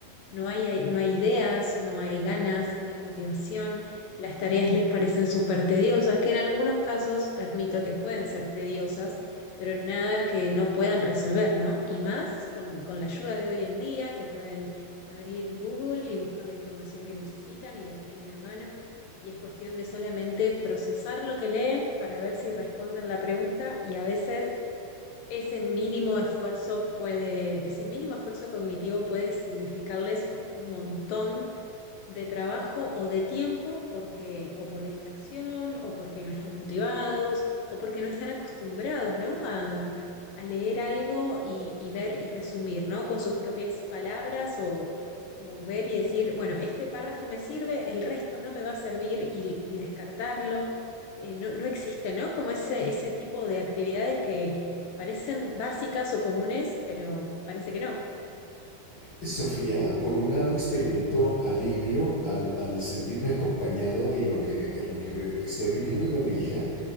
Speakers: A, on the left; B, on the left.
A: no hay, no hay ideas, no hay ganas, no hay motivación, las tareas les parecen súper tediosas, que en algunos casos admito que pueden ser tediosas, pero nada que no puedan resolver, ¿no? Y más con, con la ayuda de hoy en día, que pueden abrir Google y buscar la información que necesitan y la tienen a mano, y es cuestión de solamente procesar lo que leen para ver si responden la pregunta y a veces ese mínimo esfuerzo puede, ese mínimo esfuerzo cognitivo puede significarles un montón de trabajo o de tiempo porque o por distracción o porque no están motivados o porque no están acostumbrados, ¿no? A, a leer algo y, y ver y resumir, ¿no? Con sus propias palabras o, o ver y decir, bueno, este párrafo me sirve, el resto no me va a servir y, y descartarlo. Eh, no, no existe, ¿no? Como ese, ese tipo de actividades que parecen básicas o comunes, pero parece que no.
B: Sofía, por un lado, experimento alivio al, al sentirme acompañado en lo que, en lo que estoy viviendo con mi hija